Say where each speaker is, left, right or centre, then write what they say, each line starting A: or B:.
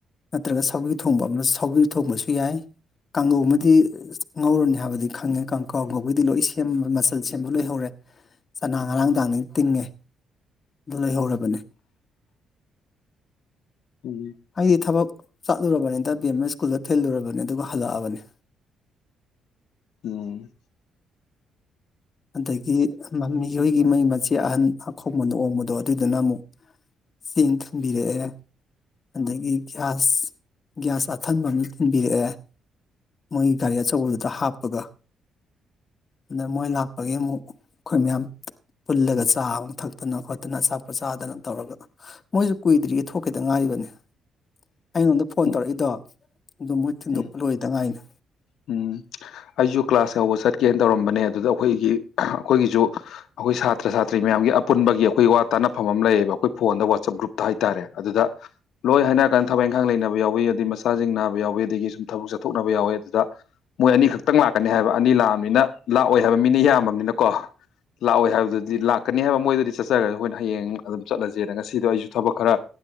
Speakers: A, on the left (about 40°); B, on the left (about 75°).
A: ꯅꯠꯇ꯭ꯔꯒ ꯁꯧꯕꯤ ꯊꯣꯡꯕ ꯁꯥꯎꯒꯤ ꯊꯣꯡꯕꯁꯨ ꯌꯥꯏ ꯀꯥꯡꯉꯧ ꯑꯃꯗꯤ ꯉꯧꯔꯅꯤ ꯍꯥꯏꯕꯗꯤ ꯈꯪꯉꯦ ꯀꯥꯡ ꯉꯧꯕꯗꯤ ꯂꯣꯏ ꯁꯦꯝꯃ ꯃꯆꯜ ꯁꯦꯝꯕ ꯂꯣꯏꯍꯧꯔꯦ ꯆꯅꯥ ꯉꯔꯥꯡꯗꯥꯥꯡꯗꯒꯤ ꯇꯤꯡꯉꯦ ꯑꯗꯨ ꯂꯣꯏꯍꯧꯔꯕ ꯃꯅꯦ
B: ꯎꯝ
A: ꯑꯩꯗꯤ ꯊꯕꯛ ꯆꯠꯂꯨꯔꯕꯅꯤꯗ ꯕꯤ ꯑꯦꯝ ꯑꯦ ꯁ꯭ꯀꯨꯜꯗ ꯊꯤꯜꯂꯨꯔꯕꯅꯤ ꯑꯗꯨꯒ ꯍꯜꯂꯛꯑꯕꯅꯤ
B: ꯎꯝ
A: ꯑꯗꯒꯤ ꯃꯤꯑꯣꯏꯒꯤ ꯃꯩ ꯃꯆꯦ ꯑꯍꯟ ꯑꯈꯣꯡꯕꯗ ꯑꯣꯡꯕꯗꯣ ꯑꯗꯨꯏꯗꯨꯅ ꯑꯃꯨꯛ ꯆꯦꯡ ꯊꯝꯕꯤꯔꯛꯑꯦ ꯑꯗꯒꯤ ꯒ꯭ꯌꯥꯁ ꯒ꯭ꯌꯥꯁ ꯑꯊꯟꯕ ꯑ ꯑꯃ ꯊꯤꯟꯕꯤꯔꯛꯑꯦ ꯃꯣꯏꯒꯤ ꯒꯥꯔꯤ ꯑꯆꯧꯕꯗꯨꯗ ꯍꯥꯞꯄꯒ ꯑꯗ ꯃꯣꯏ ꯑꯩꯒꯤ ꯑꯃꯨꯛ ꯑꯩꯈꯣꯏ ꯃꯌꯥꯝ ꯄꯨꯜꯂꯒ ꯆꯥꯕꯃꯨꯛ ꯊꯛꯇꯅ ꯈꯣꯠꯇꯅ ꯑꯆꯥꯄꯣꯠ ꯆꯥꯗꯅ ꯇꯧꯔꯒ ꯃꯣꯏꯁꯨ ꯀꯨꯏꯗ꯭ꯔꯤꯌꯦ ꯊꯣꯛꯈꯤꯗ ꯉꯥꯏꯔꯤꯕꯅꯤ ꯑꯩꯉꯣꯟꯗ ꯐꯣꯟ
B: ꯎꯝ
A: ꯇꯧꯔꯛꯏꯗꯣ ꯑꯗꯨ ꯃꯣꯏ ꯊꯤꯟꯗꯣꯛꯄ
B: ꯎꯝ
A: ꯂꯣꯏꯗ ꯉꯥꯏꯅ
B: ꯎꯝ ꯑꯩꯁꯨ ꯀ꯭ꯂꯥꯁ ꯌꯧꯕ ꯆꯠꯀꯦꯅ ꯇꯧꯔꯝꯕꯅꯦ ꯑꯗꯨꯗ ꯑꯩꯈꯣꯏꯒꯤ ꯑꯩꯈꯣꯏꯒꯤꯁꯨ ꯑꯩꯈꯣꯏ ꯁꯥꯇ꯭ꯔ ꯁꯥꯇ꯭ꯔꯤ ꯃꯌꯥꯝꯒꯤ ꯑꯄꯨꯟꯕꯒꯤ ꯑꯩꯈꯣꯏ ꯋꯥ ꯇꯥꯟꯅꯐꯝ ꯑꯃ ꯂꯩꯌꯦꯕ ꯑꯩꯈꯣꯏ ꯐꯣꯟꯗ ꯋꯥꯆꯞ ꯒ꯭ꯔꯨꯞ ꯇ ꯍꯥꯏꯇꯥꯔꯦ ꯑꯗꯨꯗ ꯂꯣꯏ ꯍꯥꯏꯅꯔ ꯀꯥꯟꯗ ꯊꯕꯛ ꯏꯪꯈꯥꯡ ꯂꯩꯅꯕ ꯌꯥꯎꯋꯤ ꯍꯥꯏꯗꯤ ꯃꯁ ꯆꯁꯤꯡ ꯅꯥꯕ ꯌꯥꯎꯋꯤ ꯑꯗꯒꯤ ꯁꯨꯝ ꯊꯕꯛ ꯆꯠꯊꯣꯛꯅꯕ ꯌꯥꯎꯋꯤ ꯑꯗꯨꯗ ꯃꯣꯏ ꯑꯅꯤꯈꯛꯇ ꯈꯤꯇꯪ ꯂꯥꯛꯀꯅꯤ ꯍꯥꯏꯕ ꯑꯅꯤ ꯂꯥꯛꯑꯕꯅꯤꯅ ꯂꯥꯛꯑꯣꯏ ꯍꯥꯏꯕ ꯃꯤꯅ ꯌꯥꯝꯃꯕꯅꯤꯅꯀꯣ ꯂꯥꯛꯑꯣꯏ ꯍꯥꯏꯕꯗꯨꯗꯤꯥꯛ ꯀꯠꯛꯀꯅꯤ ꯍꯥꯏꯕ ꯃꯣꯏꯗꯗꯤ ꯆꯠꯆꯔꯒꯁꯨ ꯑꯩꯈꯣꯏꯅ ꯍꯌꯦꯡ ꯑꯗꯨꯝ ꯆꯠꯂꯁꯦꯅ ꯉꯁꯤꯗꯣ ꯑꯩꯁꯨ ꯊꯕꯛ ꯈꯔ